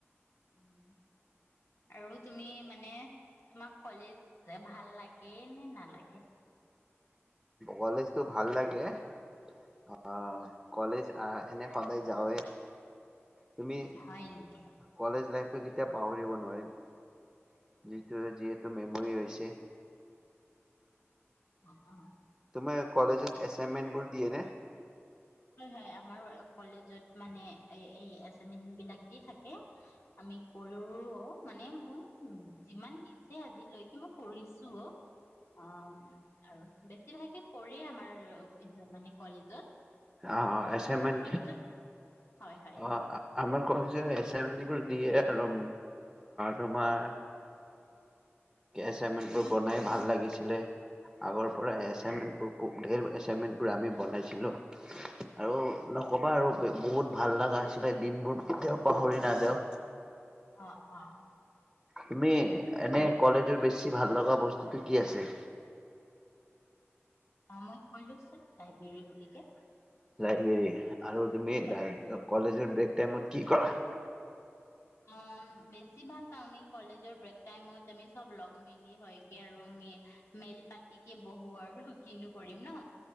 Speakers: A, on the left; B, in the centre.
A: উম আৰু তুমি মানে তোমাক কলেজ ভাল লাগে নে নালাগে?
B: কলেজ তো ভাল লাগে অ', কলেজ আহ এনে সদায় যাওঁৱে তুমি
A: হয় নেকি?
B: কলেজ লাইফটো কেতিয়াও পাহৰিব নোৱাৰিম। যিটো যিহেতু মেমৰি হৈছে।
A: <unintelligible>
B: তোমাৰ কলেজত এছাইনমেণ্টবোৰ দিয়ে নে?
A: হয় হয় আমাৰ কলেজত মানে এই এচাইনমেন্ট বিলাক দি থাকে আমি কৰো মানে মোক যিমান দিছে আজিলৈকে মই কৰিছোও। অ আৰু বেছিভাগে কৰে আমাৰ মানে কলেজত।
B: অ',
A: অঁ,
B: এচাইনমেন্ট
A: তোমাৰ কলেজত
B: অ',
A: হয় হয়।
B: আমাৰ কলেজে এচাইমেন্টবোৰ দিয়ে আৰু তোমাৰ এচাইমেন্টোৰ বনাই ভাল লাগিছিল আগৰ পৰা এছাইমেটবোৰ
A: হয় নেকি?
B: ব ধেৰ এচাইনমেণ্টবোৰ আমি বনাইছিলোঁ। আৰু
A: অ'
B: নকবা আৰু বহুত ভাল লগা আছিলে দিনবোৰ কেতিয়াও পাহৰি নাযাওঁ।
A: অ' অ'
B: তুমি এনে কলেজৰ বেছি ভাল লগা বস্তুটো কি আছে?
A: অ' মই কলোচোন লাইব্ৰেৰী বুলিকে।
B: লাইব্ৰেৰী আৰু তুমি
A: হয়।
B: কলেজৰ ব্ৰেক টাইমত কি কৰা?
A: অ' বেছিভাগ আমি কলেজৰ ব্ৰেক টাইমত আমি চব লগ মিলি হয়কে আৰু আমি মেল পাতি কে বহো আৰু কিনো কৰিম ন।